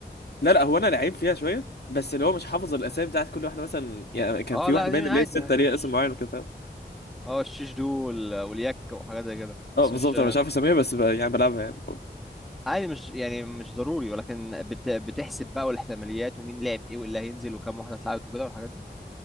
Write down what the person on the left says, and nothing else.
لا لا هو انا لعيب فيها شويه بس اللي هو مش حافظ الاسامي بتاعت كل واحده مثلا يعني كان
في
واحده
باين اللي
هي السته
ليها
اسم معين وكده
اه
بالظبط
انا مش عارف اسميها بس ب... يعني بلعبها يعني